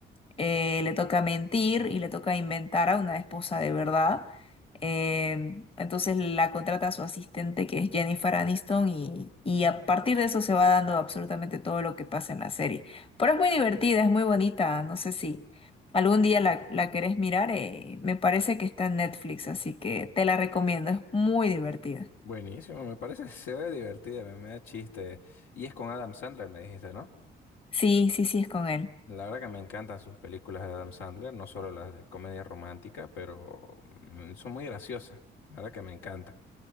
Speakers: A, on the left; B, on the left.
A: eh, le toca mentir y le toca inventar a una esposa de verdad. Eh, entonces la contrata a su asistente que es Jennifer Aniston y, y a partir de eso se va dando absolutamente todo lo que pasa en la serie. Pero es muy divertida, es muy bonita, no sé si algún día la, la querés mirar, eh, me parece que está en Netflix, así que te la recomiendo, es muy divertida.
B: Buenísimo, me parece, <laughs> se ve divertida, me, me da chiste. Y es con Adam Sandler, me dijiste, ¿no?
A: Sí, sí, sí, es con él.
B: La verdad que me encantan sus películas de Adam Sandler, no solo las de comedia romántica, pero mm, son muy graciosas. La verdad que me encanta.